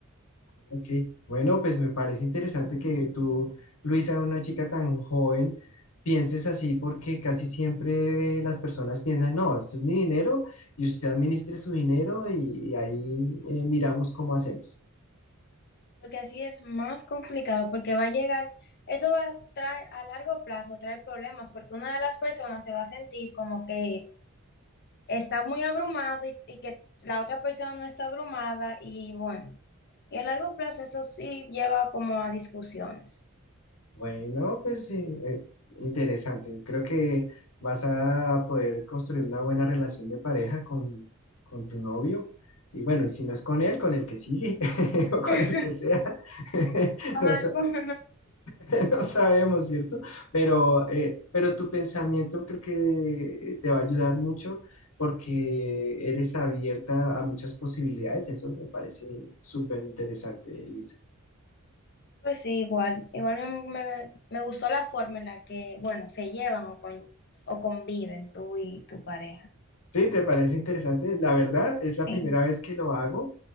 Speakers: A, on the left; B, on the left.
A: Ok, bueno, pues me parece interesante que tú, Luisa, una chica tan joven, pienses así, porque casi siempre las personas piensan, no, este es mi dinero y usted administre su dinero y, y ahí eh, miramos cómo hacemos.
B: porque así es más complicado, porque va a llegar, eso va a traer a largo plazo, traer problemas, porque una de las personas se va a sentir como que está muy abrumado y, y que la otra persona no está abrumada y bueno, y a largo plazo eso sí lleva como a discusiones.
A: Bueno, pues sí, es interesante. Creo que vas a poder construir una buena relación de pareja con, con tu novio. Y bueno, y si no es con él, con el que sigue <laughs> o con
B: <laughs>
A: el que sea. <laughs>
B: Con
A: No
B: algunos.
A: sé, <laughs> no sabemos, ¿cierto? Pero, eh, pero tu pensamiento creo que te va a ayudar mucho porque eres abierta a muchas posibilidades. Eso me parece súper interesante, Luisa.
B: Pues sí, igual, igual me, me- me gustó la forma en la que, bueno, se llevan o, con, o conviven tú y tu pareja.
A: Sí, ¿te parece interesante? La verdad, es la
B: Sí.
A: primera vez que lo hago